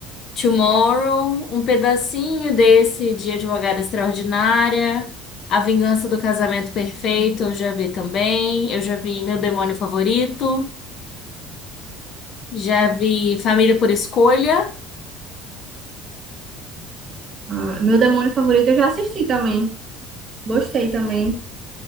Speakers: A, on the left; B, on the right.
A: Tomorrow, um pedacinho desse de Advogada Extraordinária, A Vingança do Casamento Perfeito, eu já vi também. Eu já vi Meu Demônio Favorito, já vi Família por Escolha.
B: Ah, meu demônio favorito eu já assisti também. Gostei também.